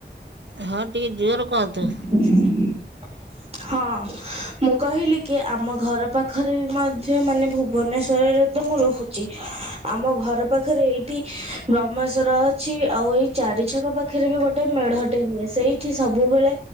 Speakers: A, on the right; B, on the right.
A: ହଁ ଟିକେ ଜୋର କହନ୍ତୁ?
B: <unintelligible>
A: <unintelligible>
B: ହଁ ମୁଁ କହିଲି କି ଆମ ଘର ପାଖରେ ବି ମଧ୍ୟ ମାନେ ଭୁବନେଶ୍ଵରରେ ତ ମୁଁ ରହୁ ଆମ ଘର ପାଖରେ ଏଇଠି ବ୍ରହ୍ମେଶ୍ଵର ଅଛି ଆଉ ଏଇ ଚାରି ଛକ ପାଖ ପାଖରେ ବି ଗୋଟେ ମେଢଟେ ହୁଏ ସେଇଠି ସବୁବେଳେ